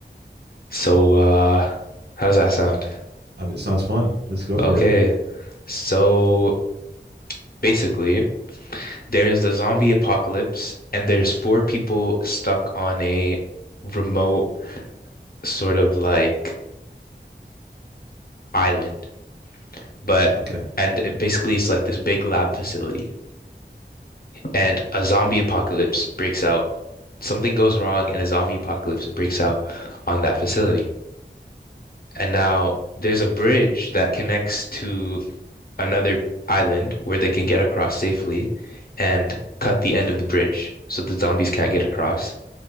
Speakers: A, on the left; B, on the right.
A: So uh how does that sound?
B: I mean, it sounds fun. Let's go for
A: Okay.
B: it.
A: So basically There's a zombie apocalypse, and there's four people stuck on a remote sort of like island. But
B: Okay.
A: and it basically it's like this big lab facility, and a zombie apocalypse breaks out. Something goes wrong, and a zombie apocalypse breaks out on that facility. And now there's a bridge that connects to another island where they can get across safely and cut the end of the bridge so the zombies can't get across,